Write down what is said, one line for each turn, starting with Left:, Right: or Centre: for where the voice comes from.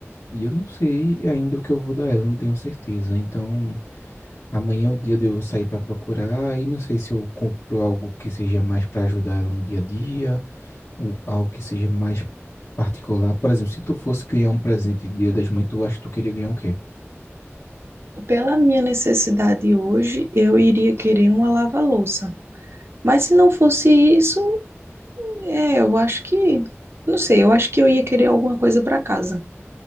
Left: e eu não sei ainda o que eu vou dar ela, não tenho certeza. Então, amanhã é o dia de eu sair para procurar e não sei se eu compro algo que seja mais para ajudar ela no dia a dia um- algo que seja mais particular. Por exemplo, se tu fosse ganhar um presente de Dia das Mães, tu acha que tu queria ganhar o quê?
Right: Pela minha necessidade hoje, eu iria querer uma lava-louça. Mas se não fosse isso, é, eu acho que, não sei, eu acho que eu ia querer alguma coisa para casa.